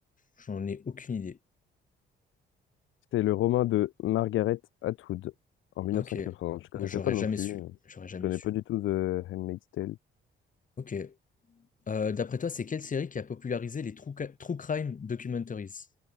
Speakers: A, on the left (about 40°); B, on the left (about 80°).
A: J'en ai aucune idée.
B: C'est le roman de Margaret Atwood en 1980.
A: Ok.
B: Je connaissais
A: Bah, j'aurais
B: pas non
A: jamais
B: plus.
A: su.
B: euh,
A: J'aurais jamais
B: Je connais
A: su.
B: pas du tout The Handmaid's Tale.
A: Ok. Euh, d'après toi, c'est quelle série qui a popularisé les true, ca- true crime documentaries?